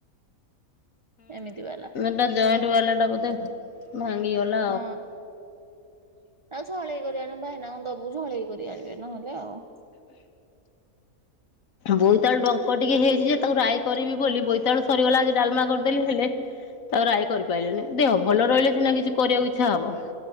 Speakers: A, on the right (about 25°); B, on the left (about 65°).
A: ଏମିତି ବାଲା।
B: ନା ଜଏଣ୍ଟ ବାଲା ଟା ବୋଧେ ଭାଙ୍ଗି ଗଲା
A: ହଁ ଆଉ ଛଳେଇ କରି ଆଣିବୁ ଭାଇନା କୁ ଦବୁ। ମୁଁ ଝଳେଇ କରି ଆଣିବି ନହେଲେ ଆଉ।
B: ବୋଇତାଳୁ ଡଙ୍କ ଟିକେ ହେଇଛି ଯେ ତାକୁ ରାଇ କରିବି ବୋଲି, ବୋଇତାଳୁ ସରିଗଲା ଆଜି ଡାଲମା କରିଦେଲି ହେଲେ ତାକୁ ରାଇ କରିପାରିଲିନି। ଦେହ ଭଲ ରହିଲେ ସିନା କିଛି କରିବାକୁ ଇଚ୍ଛା ହବ।